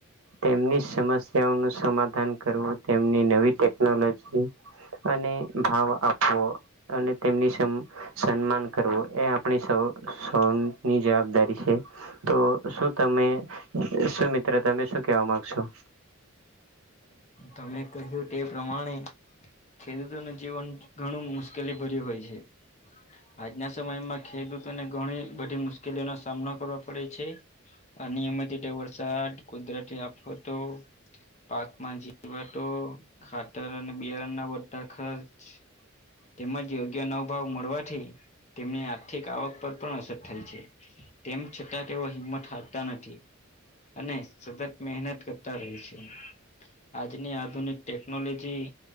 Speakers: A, on the right; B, on the left.
A: તેમની સમસ્યાઓ નું સમાધાન દાન કરવું તેમની નવી ટેકનોલોજી અને ભાવ આપવો અને તેમની સન્માન કરવો એ આપણે સૌ ની જવાબદારી છે તો શું તમે શું મિત્ર તમે શું કહેવા માંગશો
B: તમે કહ્યું તે પ્રમાણે ખેડૂતોને જીવન ઘણું મુશ્કેલી ભર્યું હોય છે આજના સમયમાં ખેડૂતોને ઘણી બધી મુશ્કેલીઓનો સામનો કરવો પડે છે આ નિયમિત રીતે વરસાદ કુદરતી આફત તો પાકમાં જ વાતો ખાતર અને બિયારણના બધા ખર્ચ તેમજ યોગ્ય નવોભાવ મળવાથી તેમની આર્થિક આવક પર પણ અસર થાય છે તેમ છતાં તેઓ હિંમત હારતા નથી અને સતત મહેનત કરતા રહે છે આજની આધુનિક ટેકનોલોજી